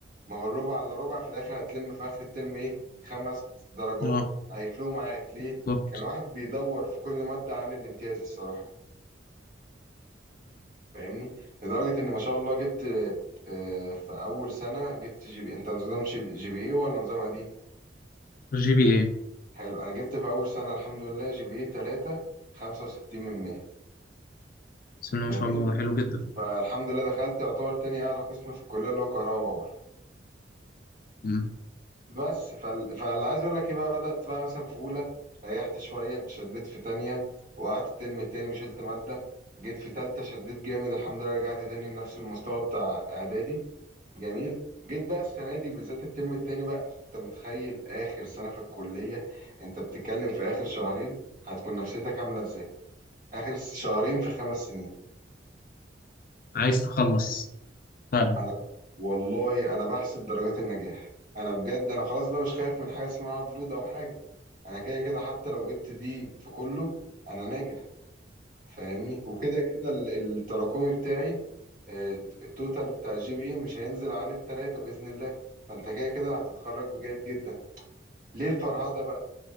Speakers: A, on the right; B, on the left.
A: ما هو الربع على ربع في الاخر هتلم في اخر الترم ايه خمس درجات
B: أه
A: هيفرقوا معاك ليه
B: بالظبط
A: كان واحد بيدور في كل مادة عن الامتياز الصراحة فاهمني لدرجة ان ما شاء الله جبت آه، في اول سنة جبت جي بي إيه. انت نظام جي بي جي بي ايه ولا نظام قديم
B: جي بي إيه
A: حلو انا جبت في اول سنة الحمد لله جي بي ايه 3 65 من 100
B: بسم الله
A: جميل
B: ما شاء الله ده حلو جدا
A: فالحمد لله دخلت يعتبر تاني اعلى قسم في الكلية اللي هو كهرباء باور
B: مم.
A: بس فال... فاللي عايز اقول لك ايه بقى بدأت بقى مثلا في اولى ريحت شوية شديت في تانية وقعدت الترم التاني وشلت مادة جيت في تالتة شديت جامد الحمد لله رجعت تاني لنفس المستوى بتاع اعدادي جميل جيت بقى السنة دي وبالذات الترم التاني بقى انت متخيل اخر سنة في الكلية انت بتتكلم في اخر شهرين هتكون نفسيتك عاملة ازاي اخر شهرين في خمس سنين
B: عايز تخلص فعلا
A: انا والله انا بحسب درجات النجاح انا بجد انا خلاص بقى مش خايف من حاجه اسمها فلود او حاجه انا كده كده حتى لو جبت دي في كله انا ناجح فاهمني وكده كده ال- التراكمي بتاعي آه، التوتال بتاع الجي بي اي مش هينزل عن التلاتة باذن الله فانت كده كده هتتخرج بجيد جدا ليه الفرهده بقى